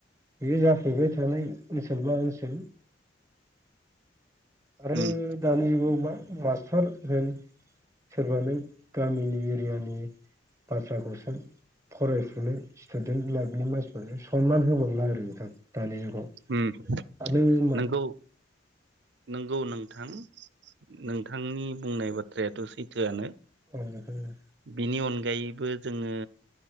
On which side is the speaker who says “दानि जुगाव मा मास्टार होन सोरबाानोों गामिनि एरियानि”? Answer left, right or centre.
Right